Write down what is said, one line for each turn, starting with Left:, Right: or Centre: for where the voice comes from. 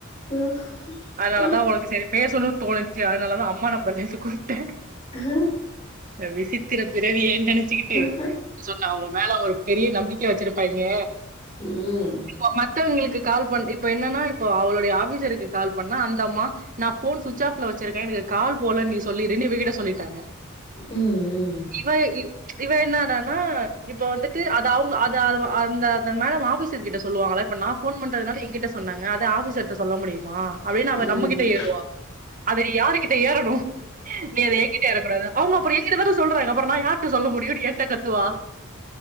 Left: அ
Right: அதனாலதா
Left: அ
Right: உனக்கு செரி பேசனுன் தோனுச்சி அதனாலதா அம்மா நம்பர்லருந்து கூப்ட்டே
Left: ம்
Right: அ விசித்திர பிறவியேன் நெனச்சிக்கிட்டு
Left: அஹ
Right: சோ நா உ மேல ஒரு பெரிய நம்பிக்க வச்சிருப்பாய்ங்க
Left: ம்
Right: இப்ப மத்தவங்களுக்கு கால் பண் இப்ப என்னனா இப்போ அவளுடைய ஆபீசருக்கு கால் பண்ணா அந்த அம்மா நா ஃபோன் சுவிச் ஆப்ல வச்சிருக்கே எனக்கு கால் போலன் நீ சொல்லிருன் இவகிட்ட சொல்லிட்டாங்க
Left: ம் ம்
Right: இவ இவ் இவ என்னடானா இப்ப வந்துட்டு அத் அத அவுங்க அத அந்த மேடம் ஆபிசர் கிட்ட சொல்லுவாங்களா இப்ப நா ஃபோன் பண்றதுனால எ கிட்ட சொன்னாங்க அது ஆபிஸர்ட சொல்ல முடியுமா அப்டின் அவ
Left: ம்
Right: நம்மகிட்ட ஏறுவா அத யாருகிட்ட ஏறனு நீ அத எ கிட்ட ஏறக்கூடாதா ஆமா அப்புற எங்கிட்ட தான சொல்றாங்க அப்புற நா யார்ட்ட சொல்ல முடியுனு ஏன்ட கத்துவா